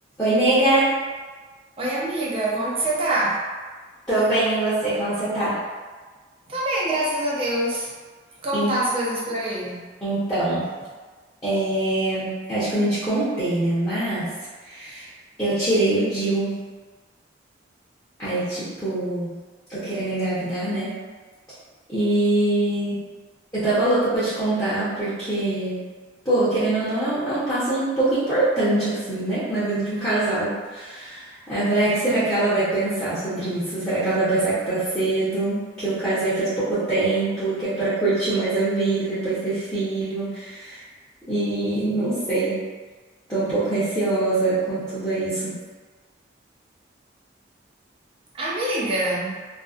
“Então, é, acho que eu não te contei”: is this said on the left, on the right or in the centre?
Left